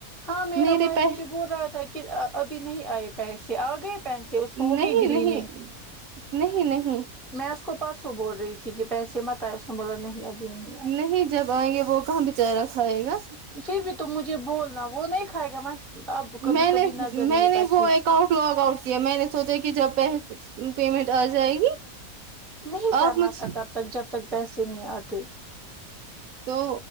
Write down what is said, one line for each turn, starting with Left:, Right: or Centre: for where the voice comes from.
Centre: ہاں میرا
Right: میرے
Centre: بھائی
Right: پے
Centre: مجھے بول رہا تھا کہ ابھی نہیں آئے پیسے آ گئے پیسے اس کو ہو
Right: نہیں
Centre: گئے گرین
Right: نہیں نہیں نہیں
Centre: میں اس کو پرسوں بول رہی تھی کہ پیسے مت آئے اس نے بولا نہیں ابھی نہیں آئے
Right: نہیں جب آئیں گے وہ کہاں بچارہ کھائے گا
Centre: پھر بھی تو مجھے بولنا وہ نہیں کھائے گا اب کبھی
Right: میں
Centre: کبھی
Right: نے
Centre: نظر نہیں
Right: میں نے
Centre: پڑتی
Right: وہ اکاؤٹ کو لگ آؤٹ کیا میں نے سوچا کہ جب پے پیمنٹ آ جائے گی
Centre: نہیں کرنا
Right: آپ مجھ
Centre: تھا
Right: تو
Centre: تب تک جب تک پیسے نہیں آتے
Right: تو